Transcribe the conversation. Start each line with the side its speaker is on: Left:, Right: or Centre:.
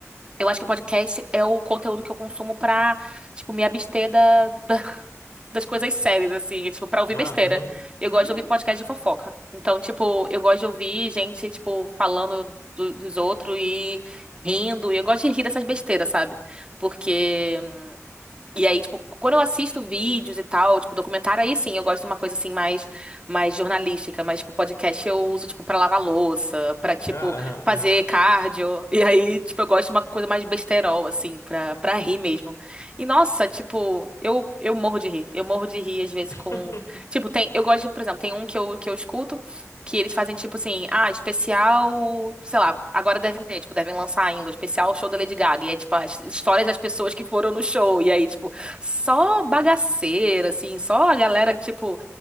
Right: Eu acho que o podcast é o conteúdo que eu consumo pra, tipo, me abster da, da- <laughs> das coisas sérias, assim, tipo, pra ouvir
Left: Ah,
Right: besteira.
Left: uhum.
Right: Eu
Left: Uhum.
Right: gosto de ouvir podcast de fofoca. Então, tipo, eu gosto de ouvir gente, tipo, falando do- dos outros e rindo. E eu gosto de rir dessas besteiras, sabe? Porque e aí, tipo, quando eu assisto vídeos e tal, tipo, documentário, aí sim, eu gosto de uma coisa assim mais, mais jornalística, mas, tipo, podcast eu uso, tipo, pra lavar louça, pra, tipo,
Left: Ah, aham,
Right: fazer
Left: aham.
Right: cardio. <laughs> E aí, tipo, eu gosto de uma coisa mais besterol, assim, pra, pra rir mesmo. E, nossa, tipo, eu, eu morro de rir. Eu morro de rir, às vezes,
Left: <laughs>
Right: com... Tipo, tem... Eu gosto, de, por exemplo, tem um que eu, que eu escuto, que eles fazem tipo assim, ah, especial, sei lá, agora devem ter, tipo, devem lançar ainda, o especial show da Lady Gaga. E é tipo as histórias das pessoas que foram no show. E aí, tipo, só bagaceira, assim, só a galera, tipo.